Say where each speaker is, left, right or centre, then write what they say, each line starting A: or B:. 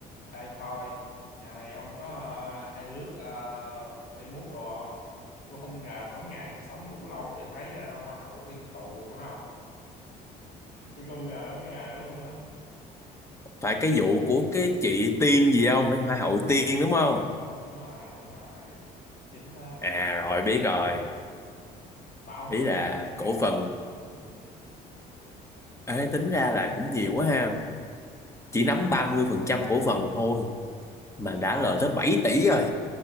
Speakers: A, on the left; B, on the left.
A: Ai coi, nhà này ông có ờ, hay lướt ờ, Facebook đồ không? Tôi không ngờ có ngày tôi sống đủ lâu để thấy ờ, hoa hậu phải đi tù luôn á không? Tôi không ngờ có cái ngày đó luôn á.
B: phải cái vụ của cái chị Tiên gì không mấy hoa hậu Tiên đúng không
A: Đúng rồi, đúng rồi. Chính đó,
B: à rồi
A: chính là
B: biết
A: chị
B: rồi
A: đó. Mà ông
B: ý
A: có ngờ
B: là
A: một ngày
B: cổ phần
A: ừ, cổ
B: ê tính
A: phần.
B: ra là cũng nhiều quá ha chỉ nắm 30% cổ phần thôi mà đã lời tới 7 tỷ rồi